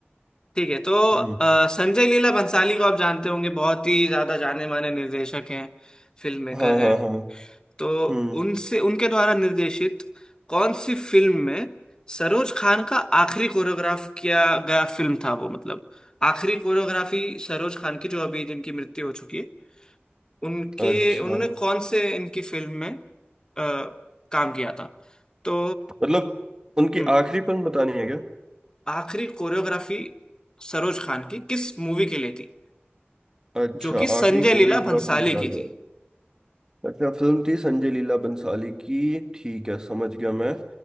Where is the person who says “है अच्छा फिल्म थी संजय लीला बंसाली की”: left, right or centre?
Right